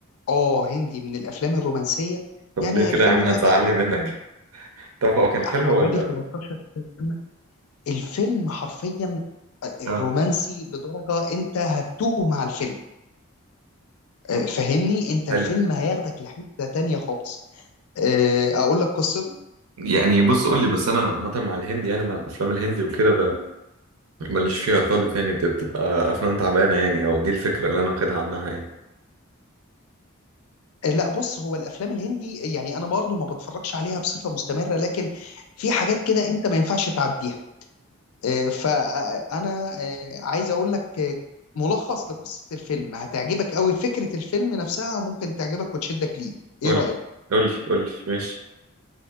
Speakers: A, on the left; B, on the right.
A: اه هندي من الافلام الرومانسية
B: طب
A: يعني
B: ليه كده
A: الفيلم
B: يا عم
A: ده
B: هتزعلني
A: بقى له
B: منك
A: مثلا
B: <laughs> طب هو كان حلو
A: حوالي
B: ولا
A: 15 سنة الفيلم حرفيا
B: اه
A: رومانسي لدرجة انت هتتوه مع الفيلم آه، فهمني انت
B: حلو
A: الفيلم هياخدك لحتة تانية خالص آه، اقول لك قصته
B: يعني بص قول لي بس انا عامه مع الهندي يعني مع الافلام الهندي وكده ماليش فيها خالص يعني دي بتبقى افلام تعبانه يعني او دي الفكره اللي انا واخدها عنها يعني
A: آه، لا بص هو الافلام الهندي يعني انا برضو ما بتفرجش عليها بصفة مستمرة لكن في حاجات كده انت ما ينفعش تعديها آه، فانا آه، عايز اقول لك آه، ملخص لقصة الفيلم هتعجبك قوي فكرة الفيلم نفسها ممكن تعجبك وتشدك ليه ايه
B: قولي
A: رأيك
B: قولي قولي ماشي